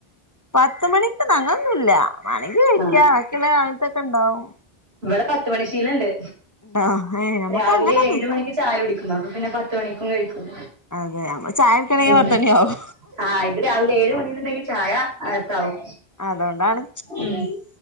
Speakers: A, on the left; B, on the right.
A: പത്ത് മണിക്ക് അങ്ങൊന്നുല്ല വേണെങ്കി കഴിക്കാ
B: ആഹ്
A: ബാക്കിയുള്ള കാലത്തൊക്കെ ഉണ്ടാവും
B: ഇവിടെ പത്ത് മണി ശീലുണ്ട്
A: ണ്ടോ ഏ നമുക്ക്
B: രാവിലെ
A: അങ്ങനൊന്ന്
B: ഏഴ് മണിക്ക് ചായകുടിക്കുന്നോ അപ്പം പിന്നെ പത്ത് മണിക്കും കഴിക്കും
A: അതെ നമ്മള് ചായ കുടിക്കണെങ്കി
B: ഉം
A: പത്തണിയാവും
B: ആഹ് ഇത് രാവിലെ ഏഴ് മണീന്ന്ണ്ടെങ്കിൽ ചായ അകത്താവും
A: അതുകൊണ്ടാണ്
B: ഉം